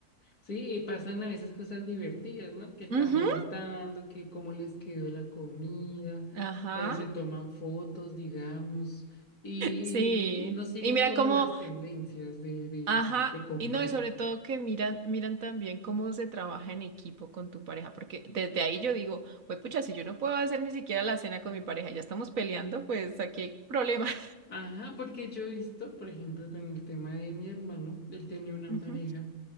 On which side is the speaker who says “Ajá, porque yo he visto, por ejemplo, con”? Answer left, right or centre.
Left